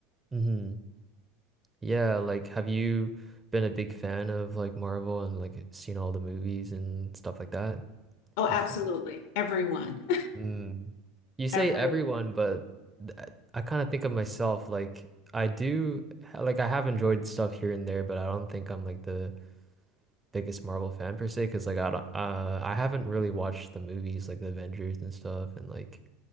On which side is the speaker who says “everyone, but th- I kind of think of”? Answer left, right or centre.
Right